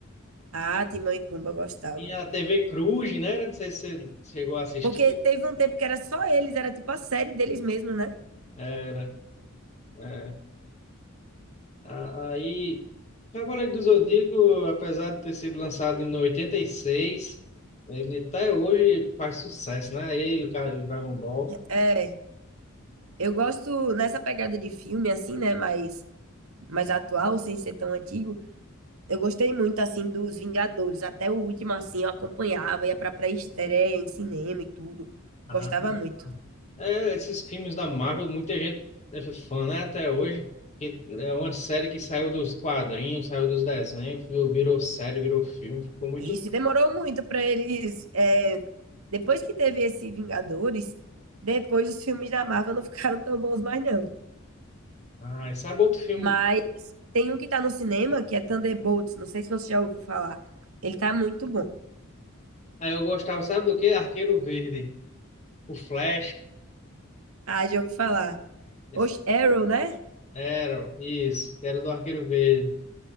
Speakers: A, on the right; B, on the left.
A: Ah, Timão e Pumba eu gostava.
B: Tinha a TV Cruz, né? Não sei se você chegou a assistir.
A: Porque teve um tempo que era só eles, era tipo a série deles mesmo, né?
B: Era. é. A- Aí, Cavaleiro do Zodíaco, apesar de ter sido lançado em 86, ele até hoje faz sucesso, né? Ele, o cara, o Dragon Ball.
A: É, Eu gosto nessa pegada de filme, assim, né? Mais, mais atual, sem ser tão antigo. Eu gostei muito, assim, dos Vingadores. Até o último, assim, eu acompanhava, ia pra pré-estreia em cinema e tudo.
B: Aham.
A: Gostava muito.
B: É, esses filmes da Marvel, muita gente é fã, né? Até hoje. Que é uma série que saiu dos quadrinhos, saiu dos desenhos, virou virou série, virou filme, ficou muito.
A: E isso demorou muito pra eles. é, Depois que teve esse Vingadores, depois os filmes da Marvel não <laughs> ficaram tão bons mais, não.
B: Ah, e sabe outro filme?
A: Mas tem um que tá no cinema, que é Thunderbolts. Não sei se você já ouviu falar. Ele tá muito bom.
B: Aí eu gostava, sabe do quê? Arqueiro Verde. O Flash.
A: Ah, já ouvi falar.
B: Esse-
A: Oxe, Arrow, né?
B: Era, isso, era do Arqueiro Verde.